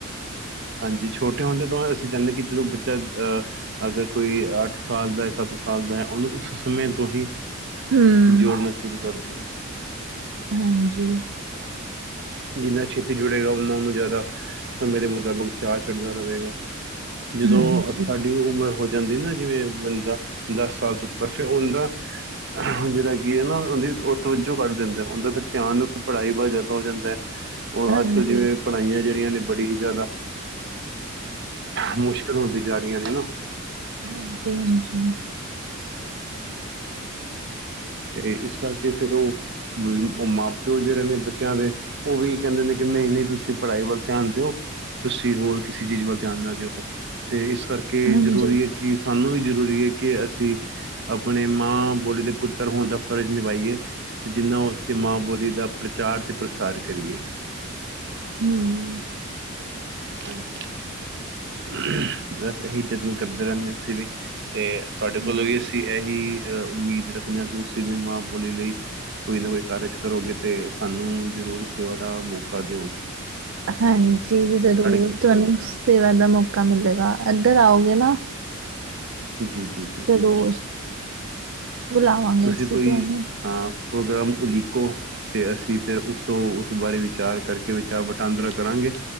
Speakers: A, on the right (about 60°); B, on the right (about 75°).
A: ਹਾਂਜੀ ਛੋਟੇ ਹੁੰਦੇ ਤੋਂ ਅਸੀਂ ਚਾਹੁੰਦੇ ਕਿ ਜਦੋਂ ਬੱਚਾ ਅਹ ਅਗਰ ਕੋਈ ਅੱਠ ਸਾਲ ਦਾ ਸੱਤ ਸਾਲ ਦਾ ਹੈ ਉਹਨੂੰ ਉਸ ਸਮੇਂ ਤੋਂ ਹੀ
B: ਹੂੰ,
A: ਜੋੜਨਾ ਸ਼ੁਰੂ ਕਰਦੀ ਹੈ
B: ਹਾਂਜੀ
A: ਜਿੰਨਾ ਛੇਤੀ ਜੁੜੇਗਾ ਓਨਾ ਉਹਨੂੰ ਜ਼ਿਆਦਾ ਸਮੇਂ ਦੇ ਮੁਤਾਬਿਕ ਚਾਹ ਚੜਦਾ ਰਹੇਗਾ ਜਦੋਂ
B: ਹਾਂਜੀ, ਹਾਂਜੀ।
A: ਸਾਡੀ ਉਮਰ ਹੋ ਜਾਂਦੀ ਨਾ ਜਿਵੇਂ ਬੰਦਾ ਦਸ ਸਾਲ ਤੋਂ ਉੱਪਰ ਫੇਿਰ ਉਹਦਾ ਜਿਹੜਾ ਕੀ ਹੈ ਨਾ ਉਹਦੀ ਉ ਤਵੱਜੋ ਕੱਢ ਦਿੰਦਾ ਉਹਦਾ ਫਿਰ ਧਿਆਨ ਪੜ੍ਹਾਈ ਵ ਜਿਆਦਦਾ ਹੋ ਜਾਂਦਾ ਹੈ ਉਹ
B: ਹਾਂਜੀ,
A: ਅੱਜਕਲ ਜਿਵੇਂ
B: ਹਾਂਜੀ,
A: ਪੜ੍ਹਾਈਆਂ ਜਿਹੜੀਆਂ ਨੇ ਬੜੀ ਹੀ ਜ਼ਿਆਦਾ ਮੁਸ਼ਕਿਲ ਹੁੰਦੀ ਜਾ ਰਹੀਆਂ ਨੇ ਨਾ
B: ਹਾਂਜੀ ਹਾਂਜੀ
A: ਤੇ ਇਸ ਕਰਕੇ ਫਿਰ ਉਹ ਮਾਂ ਪਿਓ ਜਿਹੜੇ ਨੇ ਬੱਚਿਆਂ ਦੇ ਉਹ ਵੀ ਕਹਿੰਦੇ ਨੇ ਕਿ ਨਹੀਂ ਨਹੀਂ ਤੁਸੀਂ ਪੜ੍ਹਾਈ ਵੱਲ ਧਿਆਨ ਦਿਓ ਤੁਸੀਂ ਹੋਰ ਕਿਸੇ ਚੀਜ਼ ਵੱਲ ਧਿਆਨ ਨਾ ਦਿਓ ਤੇ ਇਸ ਕਰਕੇ
B: ਹਾਂਜੀ।
A: ਜ਼ਰੂਰੀ ਹੈ ਕਿ ਸਾਨੂੰ ਜ਼ਰੂਰੀ ਹੈ ਕਿ ਅਸੀਂ ਆਪਣੇ ਮਾਂ ਬੋਲੀ ਦੇ ਪੁੱਤਰ ਪੁੱਤਰ ਹੁਣ ਦਾ ਫਰਜ਼ ਨਿਭਾਈਏ ਤੇ ਜਿੰਨਾ ਉਸ ਮਾਂ ਬੋਲੀ ਦਾ ਪ੍ਰਚਾਰ ਤੇ ਪ੍ਰਸਾਰ ਕਰੀਏ
B: ਹਮ
A: ਹਾਂਜੀ ਬਸ ਇਹੀ ਜਤ ਕਰਦੇ ਰਹਿੰਦੇ ਅਸੀਂ ਵੀ ਤੇ ਤੁਹਾਡੇ ਕੋਲ
B: ਹਾਂਜੀ।
A: ਵੀ ਅਸੀਂ ਇਹੀ ਐ ਉਮੀਦ ਰੱਖਦੇ ਹਾਂ ਕਿ ਤੁਸੀਂ ਵੀ ਮਾਂ ਬੋਲੀ ਲਈ ਕੋਈ ਨਾ ਕੋਈ ਕਾਰਜ ਕਰੋਗੇ ਤੇ ਸਾਨੂੰ ਜ਼ਰੂਰ ਸੇਵਾ ਦਾ ਮੌਕਾ ਦੇਵੋਗੇ
B: ਹਾਂਜੀ ਜ਼ਰੂਰ
A: ਕੇ
B: ਤੁਹਾਨੂੰ
A: ਸੇਵਾ ਕਰਾਂਗੇ
B: ਸੇਵਾ ਦਾ ਮੌਕਾ ਮਿਲੇਗਾ ਇੱਧਰ ਆਓਗੇ ਨਾ
A: ਜੀ ਜੀ ਜੀ
B: ਜ਼ਰੂਰ ਬੁਲਾਵਾਂਗੇ
A: ਤੁਸੀਂ
B: ਅਸੀਂ
A: ਕੋਈ
B: ਤੁਹਾਨੂੰ
A: ਹਾਂ ਪ੍ਰੋਗਰਾਮ ਉਲੀਕੋ ਤੇ ਅਸੀਂ ਫਿਰ ਉਸ ਤੋਂ ਉਸ ਬਾਰੇ ਵਿਚਾਰ ਕਰਕੇ ਵਿਚਾਰ ਵਟਾਂਦਰਾ ਕਰਾਂਗੇ